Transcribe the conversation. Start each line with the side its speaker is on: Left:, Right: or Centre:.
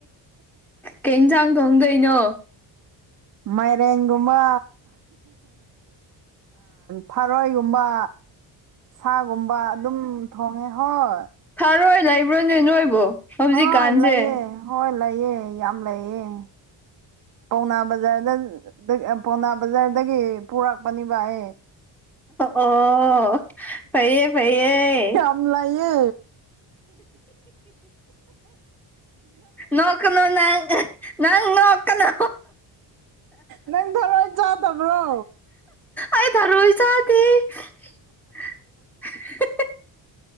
Centre: ꯀ ꯏꯟꯁꯥꯡ ꯊꯣꯡꯗꯣꯏꯅꯣ
Right: ꯃꯥꯏꯔꯦꯟꯒꯨꯝꯕ ꯊꯔꯣꯏꯒꯨꯝꯕ ꯁꯥꯒꯨꯝꯕ ꯑꯗꯨꯝ ꯊꯣꯡꯉꯦ ꯍꯣꯏ
Centre: ꯐꯔꯣꯏ ꯂꯩꯕ꯭ꯔꯣꯅꯦ ꯅꯣꯏꯕꯣ ꯍꯧꯖꯤꯛꯀꯥꯟꯁꯦ
Right: ꯍꯣꯏ ꯂꯩꯌꯦ ꯍꯣꯏ ꯂꯩꯑ ꯌꯥꯝ ꯂꯩꯑꯦ ꯄꯥꯎꯅꯥ ꯕꯖꯥꯔꯗ ꯄꯥꯎꯅꯥ ꯕꯖꯥꯔꯗꯒꯤ ꯄꯨꯔꯛꯄꯅꯦꯕ ꯑꯩ
Centre: ꯑꯣ ꯐꯩꯌꯦ ꯐꯩꯌꯦꯌꯦ
Right: ꯀꯝ ꯂꯌꯦ
Centre: ꯅꯣꯀꯅꯣ ꯅ ꯅꯪ ꯅꯣꯀꯅꯣ
Right: ꯅꯪ ꯊꯋꯥꯏ ꯆꯥꯗꯕ꯭ꯔꯣ
Centre: ꯑꯩ ꯊꯔꯣꯏ ꯆꯥꯗꯦ <inaudible>